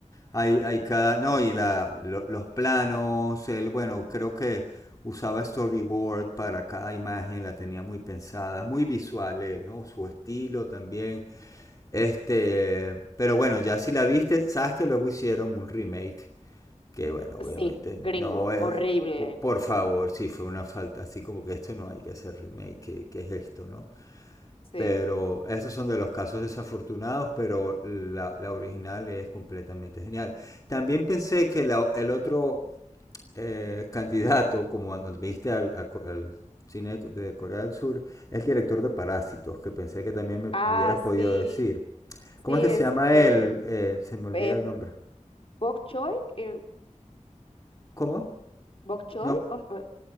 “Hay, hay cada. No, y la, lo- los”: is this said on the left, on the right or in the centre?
Left